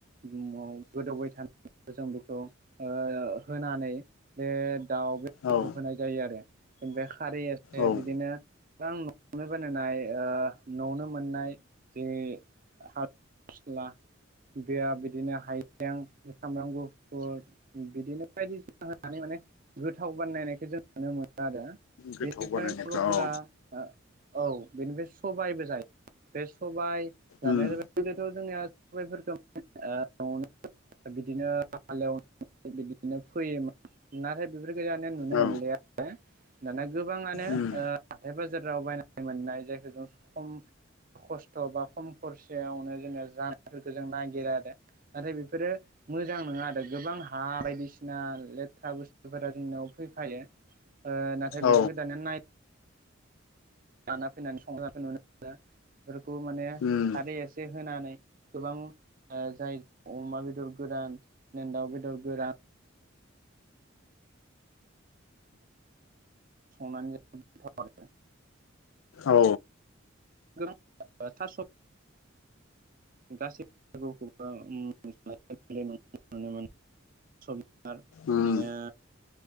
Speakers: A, on the right; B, on the left.
A: म गोदौबाय थानाय जों बेखौ ओ होनानै बे दाउ बेदरखौ
B: औ
A: होनाय जायो आरो। ओनिफाय खारै एसे
B: औ
A: बिदिनो <unintelligible> न'आवनो बानायनाय ओ न'आवनो मोननाय बे हा फिला बेया बिदिनो हाइजें, साब्राम गुफुर बिदिनो बायदिसिना होनानै माने गोथाव बानायनायखौ जों नुनो मोनो आरो।
B: गोथाव
A: बेनिफ्राय
B: बानायनायखौ
A: बर'फोरा
B: औ
A: ओ औ बेनिफ्राय सबायबो जायो। बे सबाय जानाया
B: उम
A: जाबाय गोदोथ' जोंनिया सबायफोरखौ ओ न'आवनो बिदिनो हालेवनानै बिदिनो फैयोमोन। नाथाय बेफोरफोरखौ दानिया नुनो
B: औ
A: मोनलिया। दानिया गोबाङानो
B: उम
A: ओ हाथाय बाजाराव बायनानै मोननाय जायखौ जों खम खस्थ' बा खम खरसायावनो जोङो जानायफोरखौ जों नागिरो आरो। नाथाय बेफोरो मोजां नङा आरो गोबां हा बायदिसिना लेथ्रा बुस्थुफोरा जोंनियाव फैफायो ओ नाथाय
B: औ
A: बेफोरखौ दानिया नाय लाना फैनानै संनायखौ नुनो मोनो। बेफोरखौ माने
B: उम
A: खारै एसे होनानै गोबां ओ जाय अमा बेदर गोरान, दाउ बेदर गोरान <unintelligible> <unintelligible>
B: औ
A: गोबां ओ थास' <unintelligible> स' बिबार
B: उम
A: बिदिनो